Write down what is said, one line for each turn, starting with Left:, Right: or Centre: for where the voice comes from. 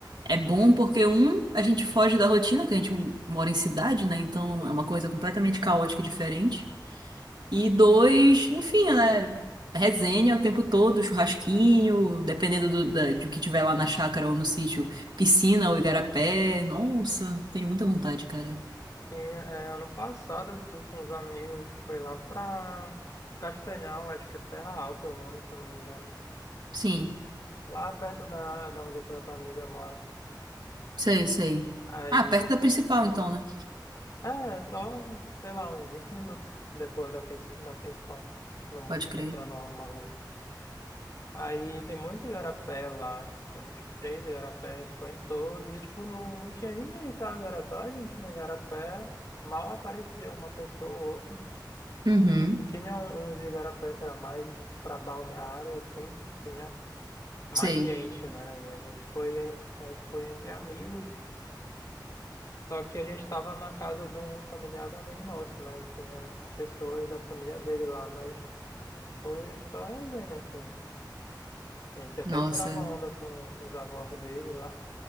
Right: é bom porque, um, a gente foge da rotina, que a gente mora em cidade, né, então
Left: Sim.
Right: é uma coisa completamente caótica e diferente. E dois, enfim, né, resenha o tempo todo, churrasquinho, dependendo do, da, do que tiver lá na chácara ou no sítio piscina ou igarapé. Nossa, tenho muita vontade, cara.
Left: Sim, é, ano passado eu fui com os amigos, foi lá pra Castanhal, acho que é Terra Alta o nome, se eu não me engano.
Right: Sim,
Left: Lá perto da, da onde aquela tua amiga mora.
Right: sei, sei.
Left: Aí,
Right: Ah, perto da principal, então, né?
Left: é, só, sei lá, uns 20 minutos depois da, princi- da principal, no-
Right: Pode crer.
Left: entrando lá numa rua. Aí tem muito igarapé lá, tipo, tem uns três igarapé, a gente foi em todos, e tipo, não, não tinha ninguém, sabe? Era só a gente no igarapé, mal aparecia uma pessoa ou outra.
Right: Uhum.
Left: Tinha um- uns igarapé que era mais para balneária, assim, que tinha mais
Right: Sei.
Left: gente, né? E a gente foi, a gente foi entre amigos, só que a gente estava na casa de um familiar do amigo nosso, né? E tinha pessoas da família dele lá, mas foi só resenha, assim. A gente até
Right: Nossa.
Left: tirava onda com, com os avós dele lá,